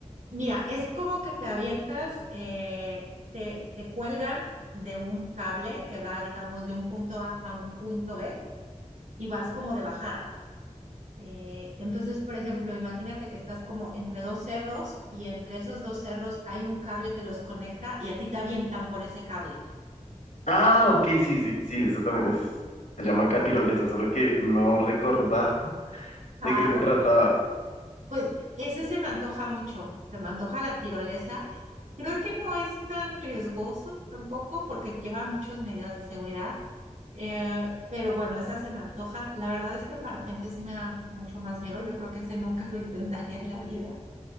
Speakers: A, on the right; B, on the left.
A: Mira, es como que te avientas, eh, te, te cuelgan de un cable que va, digamos, de un punto A a un punto B y vas como de bajada. Eh, entonces, por ejemplo, imagínate que estás como entre dos cerros y entre esos dos cerros hay un cable que los conecta y a ti te avientan por ese cable.
B: Ah, ok, sí, sí, sí, eso también es, se llama acá tirolesa, solo que no recordaba <laughs>
A: Ah,
B: de qué se
A: ok.
B: trataba.
A: Pues ese se me antoja mucho, se me antoja la tirolesa. Creo que no es tan riesgoso tampoco porque lleva muchas medidas de seguridad, eh, pero bueno, esa se me antoja. La verdad es que el parapente sí me da mucho más miedo, yo creo que ese nunca lo intentaría en la vida.